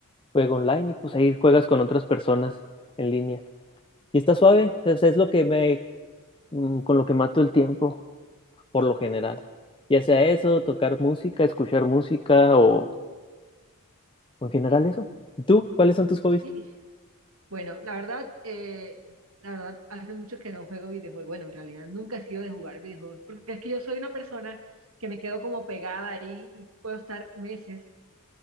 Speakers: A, on the left; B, on the right.
A: juego online y pues ahí juegas con otras personas en línea. Y está suave, o sea, es lo que me, mm, con lo que mato el tiempo, por lo general. Ya sea eso, tocar música, escuchar música o o en general eso. ¿Y tú? ¿Cuáles son tus hobbies?
B: Y- Bueno, la verdad, eh, la verdad, hace mucho que no juego videojuegos. Bueno, en realidad nunca he sido de jugar videojuegos, porque es que yo soy una persona que me quedo como pegada ahí y puedo estar meses